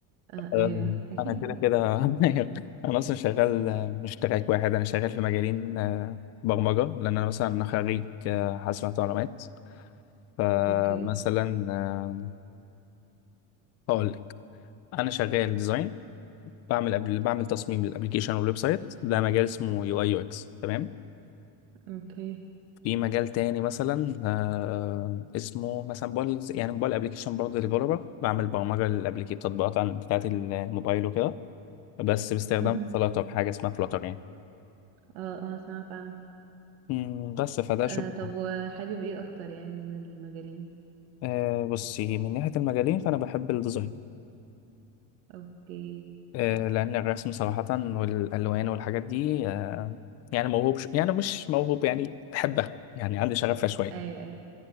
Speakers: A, on the right; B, on the left.
A: آه ايوه
B: أم،
A: اكيد
B: انا كده
A: آه.
B: كده <laughs> انا اصلا شغال آه، مش تراك واحد انا شغال في مجالين آه، برمجه لان انا مثلا خريج آه، حاسبات ومعلومات فمثلا
A: اوكي
B: آه، هقول لك انا شغال ديزاين بعمل قبل بعمل تصميم للابلكيشن والويب سايت ده مجال اسمه يو اي يو اكس تمام
A: اوكي
B: في مجال تاني مثلا آه، اسمه مثلا موبايل يعني موبايل ابلكيشن برضه ديفلوبر بعمل برمجه للابلكيشن تطبيقات عن بتاعت الموبايل وكده بس باستخدام
A: مهم.
B: فلاتر حاجه اسمها فلاتر يعني
A: اه اه سمعت عنه
B: مم، بس فده
A: آه
B: شغل
A: طب وحابب ايه اكتر يعني من المجالين
B: أه بصي من ناحية المجالين فأنا بحب الديزاين
A: اوكي
B: أه لأن الرسم صراحة والألوان والحاجات دي أه يعني موهوب ش... يعني مش موهوب يعني بحبها يعني عندي شغفها شوية
A: ايوه ايوه